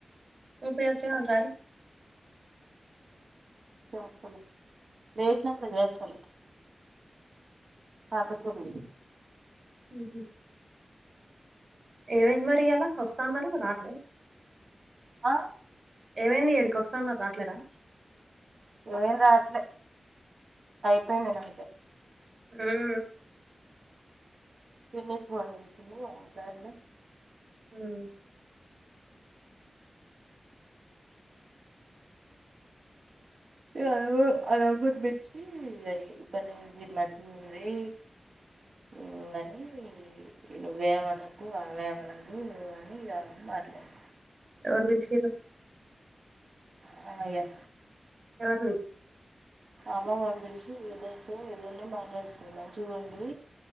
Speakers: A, on the right; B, on the right.
A: ఇప్పుడే వచ్చాం ఒసారి
B: చేస్తలే లేచినంక చేస్తలే పడుకుంది
A: మ్ హు ఏమైంది మరి ఇయళ వస్తా అన్నారు రాట్లే
B: ఆ
A: ఏమైంది ఇడికి వస్తాన్నరు రాట్లేరా
B: ఏం రాట్లే అయిపోయింది నిన్న అంతే
A: ఉమ్
B: నిన్నే ఫోన్ చేసింది మాట్లడిన
A: హ్మ్
B: ఇలాగో ఆ లోపల పిలిచి ఇప్పటినుంచి మంచిగుంది ఇంగ అని నువ్వేమనకు ఆమె మనదు అని ఇగ పర్లేదు
A: ఎవరు పిలిచిర్రు
B: హ ఇగ
A: ఆకువి
B: అమ్మమ్మ పిలిచి ఇద్దరితో ఇద్దరిని మాట్లాడించికొని మంచిగా ఉండి